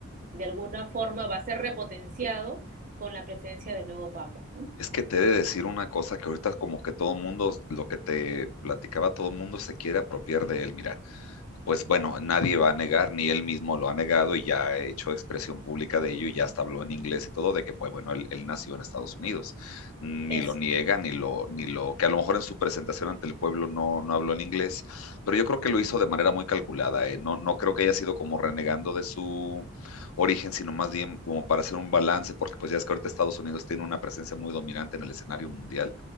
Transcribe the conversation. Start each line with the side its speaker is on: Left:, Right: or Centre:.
Right: de alguna forma va a ser repotenciado con la presencia del nuevo Papa. ¿no?
Left: Es que te he de decir una cosa que ahorita como que todo mundo, lo que te platicaba, todo mundo se quiere apropiar de él. Mira, pues bueno, nadie va a negar, ni él mismo lo ha negado y ya ha hecho expresión pública de ello y ya hasta habló en inglés y todo, de que pues bueno, él, él, nació en Estados Unidos. Ni
Right: Eso.
Left: lo niega, ni lo, ni lo, que a lo mejor en su presentación ante el pueblo no, no habló en inglés, pero yo creo que lo hizo de manera muy calculada. ¿eh? No, no creo que haya sido como renegando de su origen, sino más bien como para hacer un balance, porque pues ya es que ahorita Estados Unidos tiene una presencia muy dominante en el escenario mundial